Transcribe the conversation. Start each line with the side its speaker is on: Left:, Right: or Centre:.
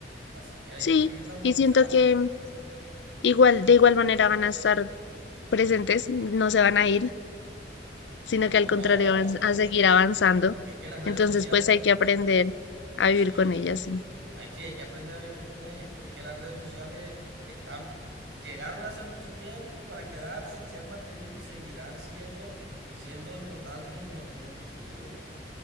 Right: así que hay
Left: Sí,
Right: que seguirlas utilizando.
Left: y siento que igual, de igual manera van a estar presentes, no se van a ir, sino
Right: No,
Left: que al contrario van a seguir avanzando.
Right: porque es que las redes
Left: Entonces,
Right: sociales,
Left: pues hay que aprender a
Right: sí,
Left: vivir con
Right: sí,
Left: ellas, sí.
Right: hay, sí, hay que aprender a vivir con ellas, porque es que las redes sociales están, eh, llegaron hace mucho tiempo para quedarse y se han mantenido y seguirán siendo, siendo importantes en, nu- en nuestro futuro.